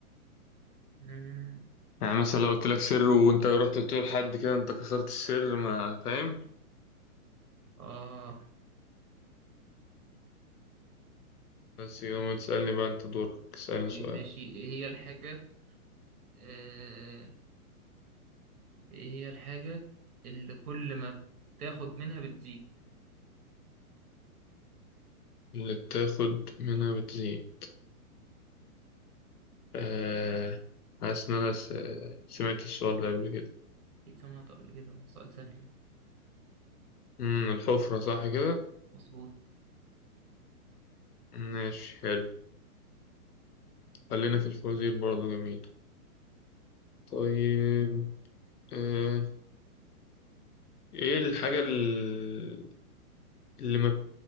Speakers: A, on the right; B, on the left.
A: مم،
B: يعني مثلا لو قلت لك سر وانت رحت بتقول لحد كده انت كسرت السر ما فاهم
A: آه
B: بس يوم تسألني بقى انت دورك تسألني
A: طيب
B: سؤال
A: ماشي ايه هي الحاجة آه، ايه هي الحاجة اللي كل ما بتاخد منها بتزيد
B: اللي بتاخد منها بتزيد آه حاسس إن أنا س- سمعت السؤال ده قبل كده
A: اكيد سمعت قبل كده هو سؤال سهل
B: مم، الحفرة صح كده
A: مظبوط
B: ماشي حلو خلينا في الفوازير برضه جميل طيب آه إيه الحاجة ال- اللي ما